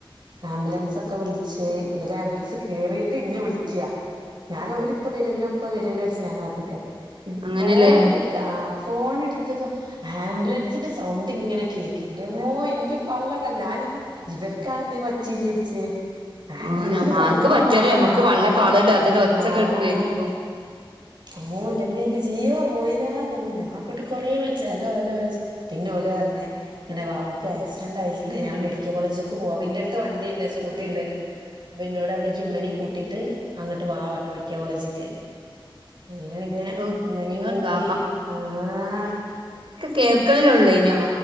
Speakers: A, on the right (about 55°); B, on the right (about 70°).
A: ആംബുലൻസൊ ക്കെ വിൾച്ച് ഇവര് ആംബുലൻസ് കേറീട്ട് ഇന്നെ വിളിക്കാ ഞാന് ഓരിപ്പൊ വരൊല്ലോ ഇപ്പ വരൊല്ലോ ഒര്ച്ച് ഞാൻ കാത്ത്ക്ക
B: അങ്ങനെല്ലേ
A: ഫോണ് എട് ത് ആ ഫോണെടുത്തതു ആംബുലൻസിന്റെ സൗണ്ട് ഇങ്ങനെ കേക്ക് ന്റെമ്മോ ന്റെ പള്ള കെ ഞാനിന്ന ഇവർക്കാണെ എന്തേ പറ്റീ വിചാര്ച്ച് ആംബുലൻസിലെ
B: ആഹ് ഞമ്മാർക്ക്
A: സൗണ്ട് മാത്രം
B: പറ്റൂല ഞമ്മക്ക്
A: ആഹ്
B: വള്ള കാളല്ലോ അതിന്റെ ഒച്ചക്കെ
A: ആഹ്
B: കേക്കുമ്പോ
A: അവൂ ന്റെമ്മേ ഇന്റെ ജീവം പോയില്ലാന്നൊള്ളൂ ഞാന് ഇങ്ങട്ട് കൊറേ വിൾച്ച് അലോ ഹലോ വി പിന്നെ ഓല് പറഞ്ഞു ഇങ്ങനെ വാവക്ക് ആക്സിഡന്റ് ആയിക്ക്ണ് ഞങ്ങൾ മെഡിക്ക കോളേജ് ക്ക് പോവാ അപ്പ ഇന്റെടുത്ത് വണ്ടിണ്ട് സ്കൂട്ടിണ്ട് അപ്പ എന്നോട് പറഞ്ഞു ഇയ്യ് മ്മനേം കൂട്ടിയിട്ട് അങ്ങട്ട് വാ പറഞ്ഞു മെഡിക്ക കോളേജ്ക്ക് അങ്ങനെ പിന്നെ
B: ഔ
A: ഉമ്മനിം
B: അഹ്
A: കൂട്ടി
B: കാ
A: ആഹ്
B: കേൾക്കലെലുള്ളേ
A: ആ